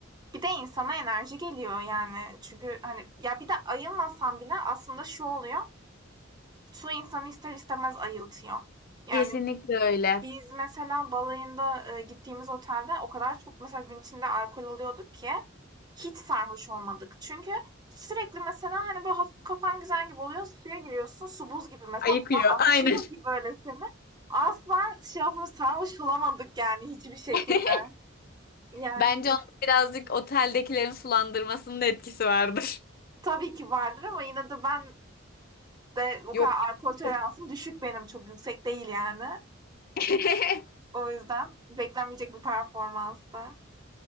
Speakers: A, on the right (about 20°); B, on the left (about 50°).
A: Bir de insana enerji geliyor yani. Çünkü hani ya bir de ayılmasan bile aslında şu oluyor. Su insanı ister istemez ayıltıyor. Yani
B: Kesinlikle öyle.
A: biz mesela balayında e, gittiğimiz otelde o kadar çok mesela gün içinde alkol alıyorduk ki hiç sarhoş olmadık. Çünkü sürekli mesela hani böyle hafif kafan güzel gibi oluyor. Suya giriyorsun. Su buz gibi mesela
B: Ayıkıyor.
A: ona açıyor
B: Aynen.
A: ki böyle seni. Asla şey yapıp sarhoş olamadık yani hiçbir şekilde.
B: <laughs>
A: Yani
B: Bence onun birazcık oteldekilerin sulandırmasının da etkisi vardır.
A: tabii ki vardır ama yine de ben de o
B: Yok.
A: kadar alkol toleransım
B: kesin-
A: düşük benim. Çok yüksek değil yani.
B: <laughs>
A: O yüzden beklenmeyecek bir performanstı.